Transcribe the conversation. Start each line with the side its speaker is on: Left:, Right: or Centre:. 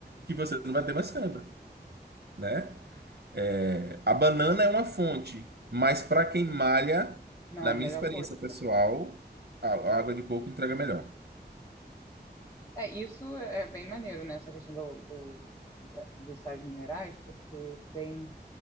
Right: que você não vai ter mais câimbra, né? É, a banana é uma fonte, mas para quem malha,
Left: Não,
Right: na
Left: é
Right: minha
Left: a melhor
Right: experiência
Left: coisa.
Right: pessoal, a, a água de coco entrega melhor.
Left: É, isso é bem maneiro, né? Essa questão do, do, da- dos sais minerais, porque tem.